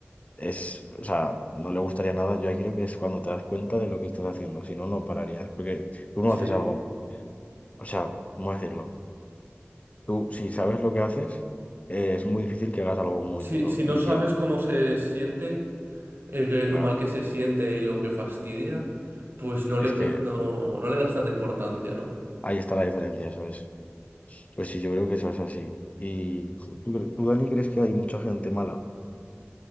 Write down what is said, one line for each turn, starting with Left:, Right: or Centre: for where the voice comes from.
Left: es, o sea, no le gustaría nada, yo ahí creo que es cuando te das cuenta de lo que estás haciendo, si no, no pararías, porque tú no
Right: Sí.
Left: haces algo, o sea, ¿cómo decirlo? Tú, si sabes lo que haces, eh, es muy difícil que hagas algo muy
Right: Si,
Left: duro
Right: si
Left: y
Right: no sabes
Left: que,
Right: cómo se siente, eh, que
Left: claro,
Right: lo mal que se siente y lo que fastidia, pues no
Left: es
Right: le puede-
Left: que
Right: no, no le das tanta importancia, ¿no?
Left: ahí está la diferencia, eso es. Pues sí, yo creo que eso es así. ¿Y tú, cre- tú, Dani, crees que hay mucha gente mala?